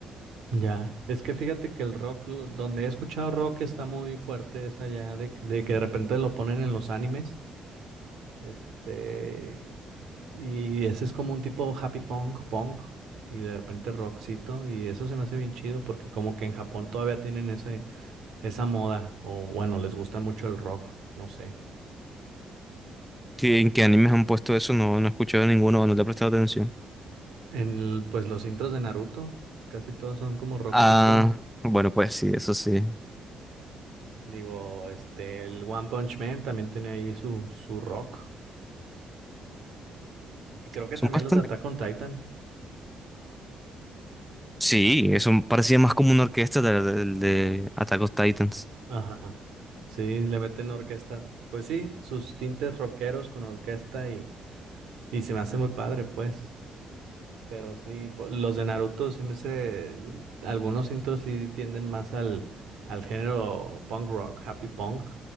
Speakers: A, on the right; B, in the centre.
A: Ya, es que fíjate que el rock, lo- donde he escuchado rock está muy fuerte, es allá de, de que de repente lo ponen en los animes. Este, y ese es como un tipo happy punk, punk, y de repente rockcito, y eso se me hace bien chido porque como que en Japón todavía tienen ese, esa moda, o bueno, les gusta mucho el rock, no sé.
B: que- en qué animes han puesto eso, no, no he escuchado ninguno, no le he prestado atención.
A: En, el- pues los intros de Naruto, casi todos son como rockcito.
B: Ah, bueno, pues sí, eso sí.
A: Digo, este, el One Punch Man también tiene ahí su, su rock. Y creo que
B: Son
A: también
B: bastante.
A: los de Attack on Titan.
B: Sí, eso parecía más como una orquesta del de, de Attack on Titans.
A: Ajá. Sí, le meten orquesta. Pues sí, sus tintes rockeros con orquesta Y se me hace muy padre, pues. Pero sí, po- los de Naruto se me hace. Algunos intros sí tienden más al, al género punk rock, happy punk,